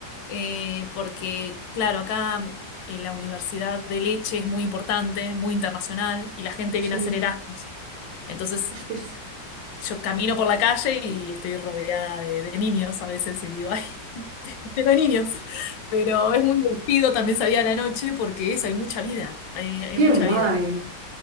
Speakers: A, on the left; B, on the right.
A: eh, porque, claro, acá en la Universidad de Leche es muy importante, muy internacional, y la gente
B: Sí.
A: viene a hacer Erasmus. Entonces,
B: Hostias,
A: yo camino por la calle y estoy rodeada de, de niños a veces y digo, ay, <laughs> tengo niños. Pero es muy divertido, también salir a la noche porque eso, hay mucha vida, hay hay
B: qué
A: mucha
B: guay.
A: vida.